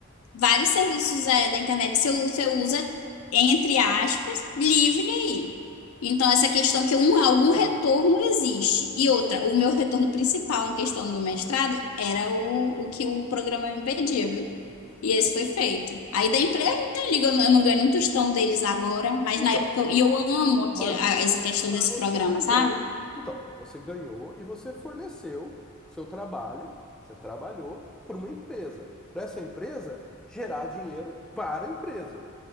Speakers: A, on the left; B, in the centre.
A: Vários serviços é, da internet você, u- você usa, entre aspas, livre aí. Então, essa questão que um, algum
B: É.
A: retorno existe. E outra, o meu retorno principal na questão do mestrado era o, o que o programa me pedia, viu? E esse foi feito. Aí da empresa, eu não ligo, eu não eu não ganho um tostão deles agora, mas
B: Então,
A: na época, eu- e eu amo aqui,
B: mas,
A: a- essa questão
B: mas
A: desse
B: você
A: programa,
B: ganhou.
A: sabe?
B: Então, você ganhou e você forneceu seu trabalho, você trabalhou para uma empresa. Para essa empresa gerar dinheiro para a empresa.